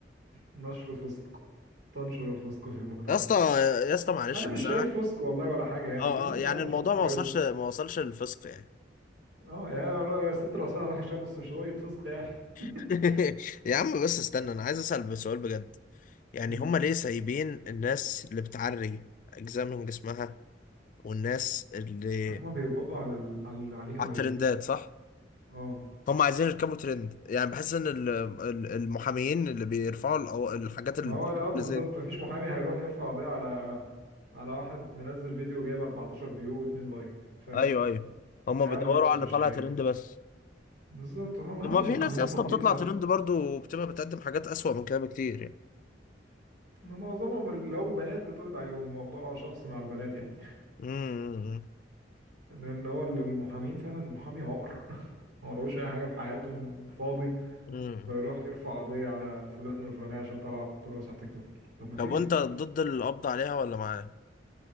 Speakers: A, on the right; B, on the left.
A: نشر فسق تنشر الفسق في المجتمع
B: يا اسطى يا اسطى معلش
A: انا مش
B: بس
A: شايف
B: انا
A: فسق والله ولا حاجة يعني
B: اه
A: في ناس
B: اه يعني
A: اوحش
B: الموضوع
A: بكتير
B: ما وصلش
A: قوي
B: ما وصلش للفسق يعني
A: اه يعني ر- ست رأسها وحش آه، بس مش لدرجة فسق يعني <laughs>
B: <laughs> يا عم بس استنى انا عايز اسال بسؤال بجد يعني
A: مم.
B: هما ليه سايبين الناس اللي بتعري اجزاء من جسمها والناس اللي
A: هما بيقبضوا على ال... على اللي عليه
B: على
A: هايب
B: الترندات صح
A: اه
B: هما عايزين يركبوا ترند يعني بحس ان ال- ال- المحاميين اللي بيرفعوا القوا- الحاجات
A: ما
B: اللي
A: هو لا بالظبط
B: زي دي
A: مفيش محامي هيروح يرفع قضية على على واحد منزل فيديو جايب 14 فيو و2 لايك فاهم
B: ايوه ايوه هما
A: هيعمل
B: بيدوروا
A: نفسه
B: على اللي
A: مش
B: طالع
A: شايف
B: ترند بس
A: بالظبط هم
B: طب
A: برضه
B: ما في
A: محامين
B: ناس يا
A: فاضيين
B: اسطى بتطلع
A: فشخ
B: ترند برضو وبتبقى بتقدم حاجات اسوأ من كده بكتير يعني
A: إن معظمهم ال- لو بنات بتقبض عليهم الموضوع شخصي مع البنات يعني
B: امم
A: لان هو ال- المحامين فعلا المحامي عقر <laughs> ما وراهوش اي حاجه في حياته فاضي
B: امم، امم.
A: فيروح يرفع قضيه على فلان الفلانيه عشان طلع بترقص على التيك توك طب ما
B: طب
A: في
B: وانت ضد القبض عليها ولا معاه